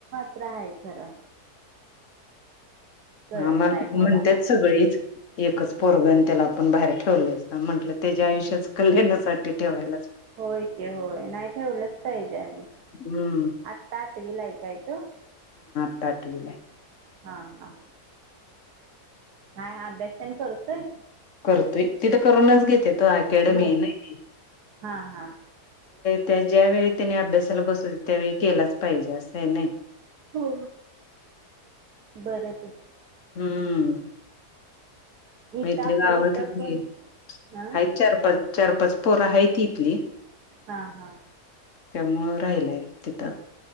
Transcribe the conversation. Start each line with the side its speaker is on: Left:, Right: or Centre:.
Right: ते आहे खरं. कळत
Left: हा मला
Right: नाही
Left: पण
Right: पोरांना
Left: म्हणतेच सगळीच. एकच पोरग त्याला पण बाहेर ठेवलंयच म्हटलं तेच्या आयुष्याच कल्याणासाठी ठेवायला.
Right: होय की होय नाही ठेवलंच पाहिजे आणि
Left: हम्म
Right: आत्ता आठवी ला आहे काय तो?
Left: आत्ता आठवी ला आहे.
Right: हा हा हा अभ्यास तेन करतोय.
Left: करतोय ते तर करूनच घेत्यात. तो अकॅडमी
Right: घे
Left: ना आहे ती.
Right: हां हां
Left: त्या ज्या वळी त्यांनी अभ्यासाला बसवत त्यावेळी केलाच पाहिजे असं हे नाही?
Right: हो बरं ते.
Left: हम्म.
Right: इथं
Left: मी इथली
Right: आपल्या
Left: गावातली
Right: इथं पण
Left: आहेत
Right: हां
Left: चार, पाच. चार, पाच पोर आहे ती इथली.
Right: हा हा.
Left: त्यामुळं राहिलय तिथं